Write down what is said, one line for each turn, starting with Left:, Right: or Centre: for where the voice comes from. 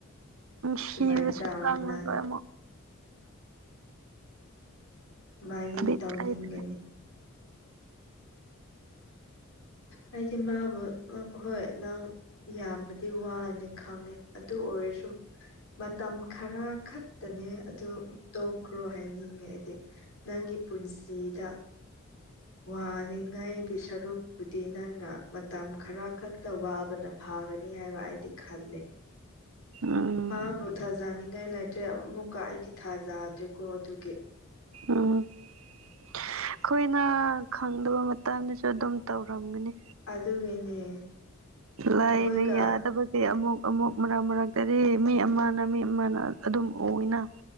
Right: ꯁꯤꯕꯁ
Left: ꯁꯨꯃꯥꯏꯅ ꯇꯧꯔꯅꯤ
Right: ꯀꯥꯡꯂ
Left: ꯅꯪ
Right: ꯄ ꯃ
Left: ꯥꯏꯅꯗꯤ
Right: ꯕꯤꯠ
Left: ꯇꯧꯅꯤꯡꯒꯅꯤ
Right: ꯂꯩꯇꯦ
Left: ꯍꯥꯏꯗꯤ ꯃꯥꯕꯨ ꯍꯣꯏ ꯅꯪ ꯌꯥꯝꯅꯗꯤ ꯋꯥꯅꯤ ꯈꯪꯉꯤ ꯑꯗꯨ ꯑꯣꯏꯔꯁꯨ ꯃꯇꯝ ꯈꯔ ꯈꯛꯇꯅꯤ ꯑꯦ ꯑꯗꯨ ꯇꯣꯛꯈ꯭ꯔꯣ ꯍꯥꯏꯅꯤꯡꯉꯦ ꯍꯥꯏꯗꯤ ꯅꯪꯒꯤ ꯄꯨꯟꯁꯤꯗ ꯋꯥꯅꯤꯡꯉꯥꯏꯒꯤ ꯁꯔꯨꯛꯄꯨꯗꯤ ꯅꯪꯅ ꯃꯇꯝ ꯈꯔ ꯈꯛꯇ ꯋꯥꯕꯅ ꯐꯥꯒꯅꯤ ꯍꯥꯏꯕ ꯑꯩꯗꯤ ꯈꯜꯂꯤ
Right: ꯎꯝ
Left: ꯍꯥ ꯊ ꯍꯖꯥꯅꯤꯡ ꯂꯥꯏ ꯑꯃꯨꯛꯀ ꯑꯩꯗꯤ ꯊꯥꯖꯗ꯭ꯔꯦꯀꯣ ꯑꯗꯨꯒꯤ
Right: ꯑ ꯑꯩꯈꯣꯏꯅ ꯈꯪꯗꯕ ꯃꯇꯝꯗꯁꯨ ꯑꯗꯨꯝ ꯇꯧꯔꯝꯒꯅꯤ
Left: ꯑꯗꯨꯒꯤꯅꯦ
Right: ꯂꯥꯏꯅ
Left: ꯑꯩꯈꯣꯏꯒ
Right: ꯌꯥꯗꯕ ꯀꯩ ꯑꯃꯨꯛ ꯑꯃꯨꯛ ꯃꯔꯛ ꯃꯔꯛꯇꯗꯤ ꯃꯤ ꯑꯃꯅ ꯃꯤ ꯑꯃꯅ ꯑꯗꯨꯝ ꯎꯏꯅ